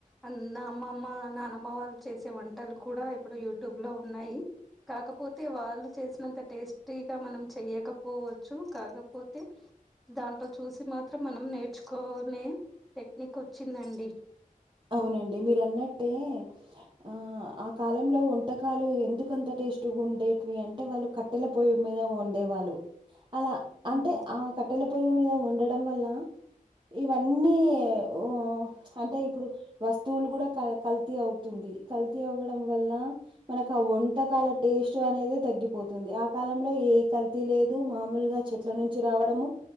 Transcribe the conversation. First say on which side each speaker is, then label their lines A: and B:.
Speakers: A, in the centre; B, on the right (about 35°).
A: అ అమ్మమ్మ నానమ్మ వాళ్ళు చేసే వంటలు కూడా ఇప్పుడు యూట్యూబ్ లో ఉన్నాయి కాకపోతే వాళ్ళు చేసినంత టేస్టీగా మనం చెయ్యకపోవచ్చు కాకపోతే దాంట్లో చూసి మా త్రం మనం నేర్చుకోనే టెక్నిక్ వచ్చిందండి.
B: అవునండి మీరు అన్నట్టే ఆ ఆ కాలంలో వంటకాలు ఎందుకంతటి టేస్ట్ గా ఉండేటివి అంటే వాళ్ళు కట్టెల పొయ్యి మీద వండేవాళ్ళు అలా అంటే
A: ఉమ్
B: ఆ కట్టెల పొయ్యి మీద వండడం వల్ల ఇవన్ అన్నీ ఉ అంటే ఇప్పుడు వస్తువులు కూడా క కల్తీ అవుతుంది కల్తీ అవ్వడం వల్ల మనకు ఆ వంటకాల టేస్ట్ అనేది తగ్గిపోతుంది ఆ కాలంలో ఏ కల్తీ లేదు మామూలుగా చెట్ల నుంచి రావడము